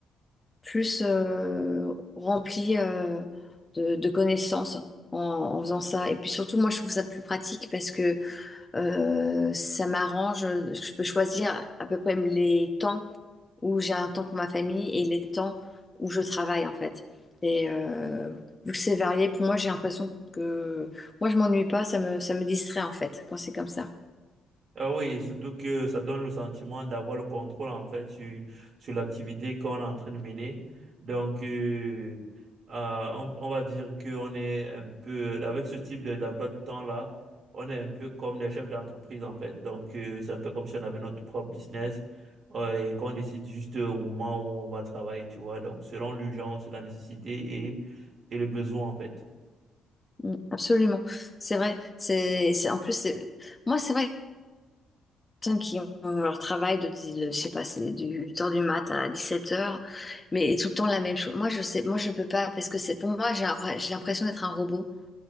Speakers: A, on the left (about 20°); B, on the right (about 55°).
A: plus euh, remplie euh, de, de connaissances en, en faisant ça. Et puis surtout, moi, je trouve ça plus pratique parce que euh, ça m'arrange. Je peux choisir à peu près les temps où j'ai un temps pour ma famille et les temps où je travaille en fait. Et euh, vu que c'est varié, pour moi j'ai l'impression que moi je m'ennuie pas, ça me, ça me distrait en fait quand c'est comme ça.
B: Ah oui, et surtout que ça donne le sentiment d'avoir le contrôle en fait sur, sur l'activité qu'on est en train de mener. Donc, euh, euh, on, on va dire qu'on est un peu, avec ce type de- d'emploi de temps-là, on est un peu comme des chefs d'entreprise en fait. Donc, euh, c'est un peu comme si on avait notre propre business euh, et qu'on décide juste au moment où on va travailler, tu vois. Donc, selon l'urgence, la nécessité et, et le besoin en fait.
A: Mm, Absolument, c'est vrai. C'est, c'est- en plus c'est moi c'est vrai. que les Personnes qui ont leur travail de, dix- de- je sais pas, c'est du 8h du mat à 17h, mais tout le temps la même chose. Moi, je sais, moi, je peux pas parce que c'est pour moi, j'ai j'ai l'impression d'être un robot.